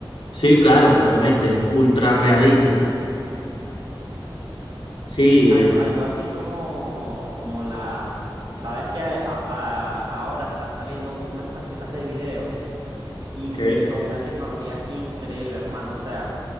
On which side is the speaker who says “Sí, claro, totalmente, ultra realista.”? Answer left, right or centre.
Left